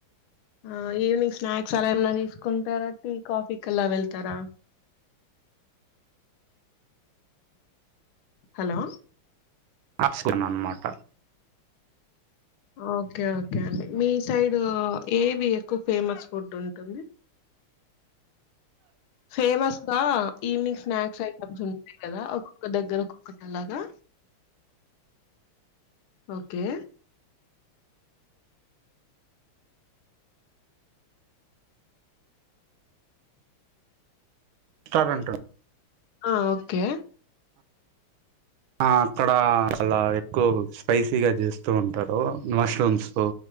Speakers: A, on the left; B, on the right.
A: ఆ ఈవినింగ్ స్నాక్స్ అలా ఏమన్నా తీసుకుంటారా టీ కాఫీ కలా వెళ్తారా హలో
B: <unintelligible> అన్నమాట
A: ఓకే ఓకే అండి మీ సైడ్ ఏవి ఎక్కువ ఫేమస్ ఫుడ్ ఉంటుంది ఫేమస్గా ఈవినింగ్ స్నాక్స్ ఐటమ్స్ ఉంటాయి కదా ఒక్కొక్క దగ్గర ఒక్కొక్కటి అలాగా ఓకే
B: <unintelligible>
A: ఆ ఓకే
B: ఆ అక్కడ అలాా ఎక్కువ స్పైసీగా చేస్తూ ఉంటారు మష్రూమ్స్ కు